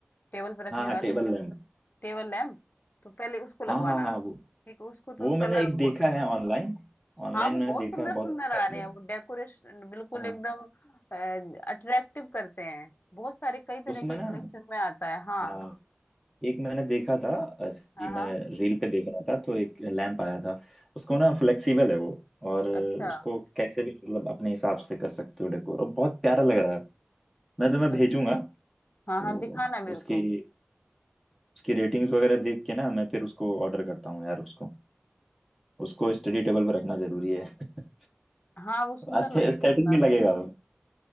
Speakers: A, on the left; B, in the centre.
A: टेबल पे रखने
B: हाँ हाँ
A: वाली
B: टेबल लैंप
A: टेबल लैम्प तो पहले उसको लगवाना
B: हाँ हाँ हाँ
A: आप
B: वो
A: ठीक है उसको तो
B: वो
A: कलर
B: मैंने एक देखा
A: को
B: है ऑनलाइन ऑनलाइन
A: हाँ वो
B: मैंने
A: बहुत
B: देखा
A: सुंदर
B: है बहुत
A: सुंदर
B: अच्छा
A: आ
B: सा
A: रहे हैं
B: है
A: वो डेकोरेशन बिल्कुल
B: हाँ
A: एकदम अट्रैक्टिव करते हैं बहुत सारे कई तरह
B: उसमें
A: की
B: ना
A: कलेक्शन में आता है हाँ
B: हाँ एक मैंने देखा था ऐसे
A: हाँ
B: ही
A: हाँ
B: मैं रील पे देख रहा था तो एक लैंप आया था उसको ना फ्लेक्सिबल है वो और
A: अच्छा
B: उसको कैसे भी मतलब अपने हिसाब से कर सकते हो डेकोर और बहुत प्यारा लग रहा है मैं तुम्हें
A: अच्छा
B: भेजूंगा तो
A: हाँ हाँ दिखाना मेरे
B: उसकी
A: को
B: उसकी रेटिंग्स वगैरह देख के ना मैं फिर उसको ऑर्डर करता हूँ यार उसको उसको स्टडी टेबल पर रखना जरूरी है <laughs>
A: हाँ वो सुंदर
B: एस्थेटिक
A: लगेगा काफी
B: भी लगेगा वो